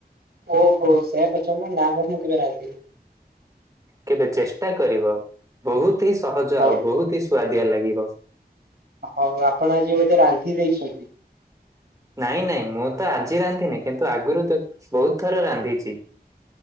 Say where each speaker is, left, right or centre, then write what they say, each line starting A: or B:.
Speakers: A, on the right; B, on the right.
A: ଓହୋ ସେୟା ପଚାରୁନ। ନାଁ ବେବି <unintelligible> ମୁଁ କେବେ ରାନ୍ଧିନି।
B: କେବେ ଚେଷ୍ଟା କରିବ ବୋହୁତ ହି ସହଜ
A: ହଉ
B: ଆଉ ବୋହୁତ ହି ସୁଆଦିଆ ଲାଗିବ।
A: ହୋଉ ଆପଣ ଆଜି ବୋଧେ ରାନ୍ଧି ଦେଇଚନ୍ତି?
B: ନାଇଁ, ନାଇଁ ମୁଁ ତ ଆଜି ରାନ୍ଧିନି କିନ୍ତୁ ଆଗରୁ ତ ବୋହୁତ ଥର ରାନ୍ଧିଚି।